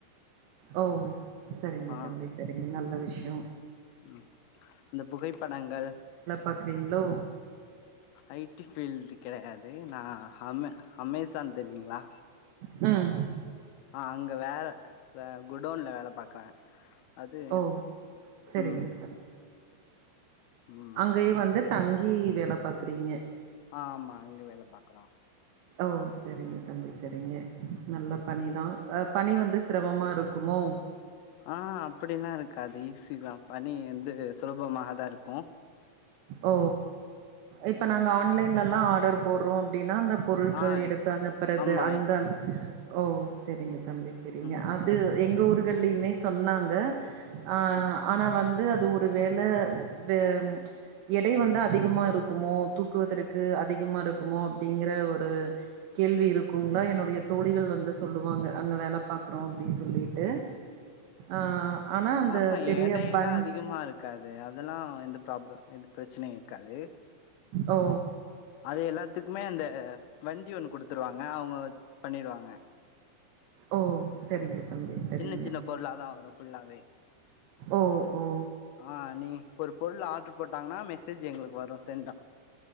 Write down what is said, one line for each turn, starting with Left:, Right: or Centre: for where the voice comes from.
Right: ஓ சரிங்க
Left: ஆ
Right: தம்பி சரிங்க நல்ல விஷ்யோ
Left: ம் இந்த புகைப்படங்கள்
Right: பாக்றீங்களோ
Left: ஐ டி ஃபீல்டு கெடையாது நா அமே அமேசான் தெரியுங்களா
Right: ம்
Left: ஆ அங்க வேல வே குடோன்ல் வேல பாக்குர அது
Right: ஓ சரிங்க
Left: ம்
Right: தம்பி
Left: ம்
Right: அங்கயே வந்து தங்கி வேல பாக்குறீங்க
Left: ஆமா அங்க வேல பாக்குறோ
Right: ஓ சரிங்க தம்பி சரிங்க நல்ல பணிதா அ பணி வந்து சிரமமா இருக்குமோ
Left: ஆ அப்டிலா இருக்காது ஈஸி தா பணி வந்து சுலபமாக தா இருக்கு
Right: ஓ இப்ப நாங்க
Left: ம்
Right: ஆன்லைன்லல்லா ஆர்டர் போடுறோ அப்டின்னா அந்த பொருட்கள்
Left: ஆ
Right: எடுத்து அனுப்புறது
Left: ஆமா
Right: அந்த ஓ செரிங்க தம்பி செரிங்க
Left: ம்
Right: அது எங்க ஊர்கள்லயுமே சொன்னாங்க அ
Left: ம்
Right: ஆனா வந்து அது ஒரு வேல வே எடை வந்து அதிகமா இருக்குமோ தூக்குவதற்கு அதிகமா இருக்குமோ அப்டிங்கிற ஒரு கேள்வி இருக்குங்களா என்னுடைய தோழிகள் வந்து சொல்லுவாங்க அங்கே வேல பாக்குறோ அப்டி சொல்லிட்டு ஆ ஆனா அந்த
Left: ஆஹ்ஹா
Right: பெரிய
Left: எடைய எல்லா
Right: பண்ட்
Left: அதிகமா இருக்காது அதெல்லாம எந்த ப்ராபல எந்த பெரச்சனையு இருக்காது
Right: ஓ
Left: அது எல்லாத்துக்குமே அந்த வண்டி ஒன்னு குடுத்துருவாங்க அவுங்க பண்ணிடுவாங்க
Right: ஓ செரிங்க தம்பி செரிங்க
Left: சின்ன சின்ன பொருளா தா வரு ஃபுல்லாவே
Right: ஓ ஓ
Left: ஆ நீ இப்ப ஒரு பொருள் ஆர்டரு போட்டாங்கனா மெசேஜ் எங்களுக்கு வரு செண்ட் ஆகு